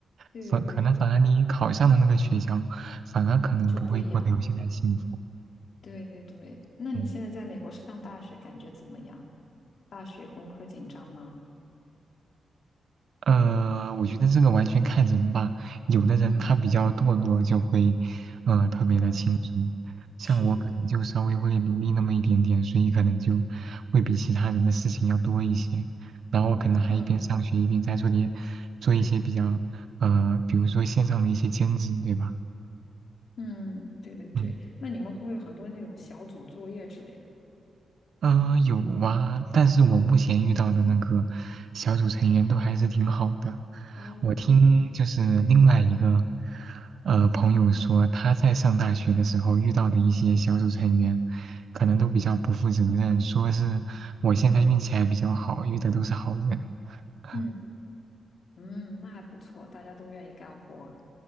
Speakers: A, on the left; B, on the right.
A: 对对对，
B: 反可能反而你考上了那个学校，反而可能不会过得有现在幸福。
A: 就不一样。对对对，那你现在在美国上大学感觉怎么样？
B: 嗯。
A: 大学功课紧张吗？
B: 呃，我觉得这个完全看人吧。有的人他比较堕落，
A: 嗯，
B: 就会，呃，特别的轻松。
A: 哦，
B: 像我可能就稍微会努力那么一点点，
A: 是，
B: 所以可能就会比其他人的事情要多一些。然后可能还一边上学一边在做点，
A: 嗯
B: 做一些比较，呃，比如说线上的一些兼职，对吧？
A: 嗯，对对对，
B: 嗯。
A: 那你们会不会有很多那种小组作业之类的？
B: 嗯、呃有啊，但是我目前遇到的那个小组成员都还是挺好的。
A: 哦，
B: 我听就是另外一个
A: 那你对，
B: 呃朋友说，他在上大学的时候遇到的一些小组成员，可能都比较不负责任，说是我现在运气还比较好，遇的都是好人。<laughs>
A: 嗯。嗯，那还不错，大家都愿意干活儿，